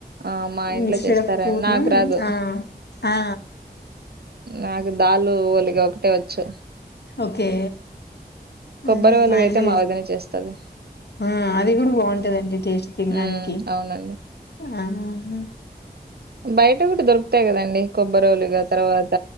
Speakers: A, on the right; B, on the left.
A: ఆ మా ఇంట్లో
B: ఇన్స్టెడ్
A: చేస్తారని
B: ఆఫ్ పూర్ణం
A: నాకు రాదు
B: ఆ ఆ
A: నాకు దలు ఒలిగ ఒకటే వచ్చు
B: ఒకే
A: కొబ్బరి
B: అదే
A: ఒలిగ
B: మా
A: అయితే
B: ఇండ్
A: వదిన చేస్తది
B: ఆ అది కూడా బాగుంటదండి టేస్ట్ తినడానికి
A: ఉమ్ అవునండి
B: ఆ హ
A: బయట కూడా దొరుకుతాయి కదండి కొబ్బరోలుగా తర్వాత